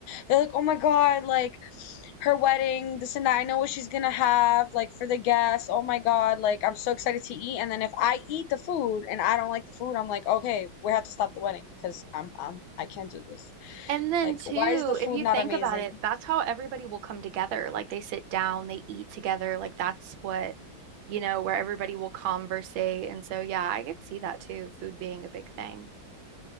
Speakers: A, on the left; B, on the right.
A: They're like, "Oh my God, like her wedding, this and that. I know what she's gonna have, like for the guests. Oh my god, like I'm so excited to eat. And then if I eat the food and I don't like the food, I'm like, okay, we have to stop the wedding because I'm I'm I can't do this.
B: And then
A: Like,
B: too,
A: why is the food
B: if you
A: not
B: think
A: amazing?
B: about it, that's how everybody will come together. Like they sit down, they eat together. Like that's what, you know, where everybody will conversate. And so yeah, I could see that too, food being a big thing.